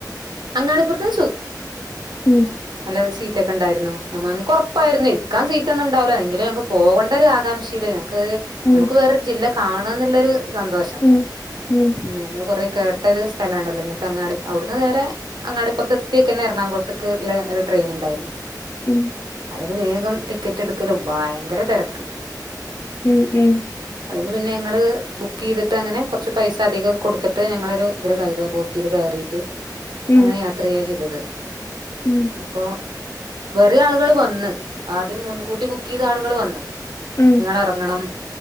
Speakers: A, on the right; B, on the left.
A: അങ്ങാടി പുറത്തെ
B: ഉം
A: നല്ല സീറ്റ് ഒക്കെയുണ്ടായിരുന്നു ഞമ്മക്ക് ഉറപ്പായിരുന്നു ഇരിക്കൻ സീറ്റ് ഒന്നും ഉണ്ടാവില്ലാ എങ്കിലും ഞക്ക് പോകേണ്ട ഒരു ആാംക്ഷയിലാ ഞങ്ങ
B: ഉം
A: നമുക്ക് വേറ ജില്ല കാണാന്നുള്ളൊരു സന്തോഷം
B: ഉം ഉം
A: നമ്മള് കൊറേ കേ ട്ടൊരു സ്ഥലാണല്ലോ ഇങ്ങനത്തെ അങ്ങാടി അവിടുന്ന് നേരെ അങ്ങാടിപ്പുറത്തെ എത്തിയൊക്കെ തന്നെ എറണാകുളത്തേുള്ള ഒരു ട്രെയിൻ ഉണ്ടായിരുന്നു
B: ഉം
A: അയില് വേഗം ടിക്കറ്റ് എടുക്കലും ഭയങ്കര തിരക്ക്
B: ഉം ഉം
A: അത് പിന്നെ ഞങ്ങള് ബുക്ക് ചെയ്തിട്ട് അങ്ങനെ കുറച്ച് പൈസ അധികം കൊടുത്തിട്ട് ഞങ്ങള് ഒരു ഇതില് കയറി ബോഗീൽ കയറി
B: ഉം
A: അങ്ങനെ യാത്ര ചെയ്യാ ചെയ്തത്
B: ഉം
A: അപ്പൊ വേറെ ആളുകൾ വന്ന് ആദ്യം മുൻകൂട്ടി ബുക്ക് ചെയ്ത ആളുകൾ വന്നു
B: ഉം
A: നിങ്ങള് ഇറങ്ങണം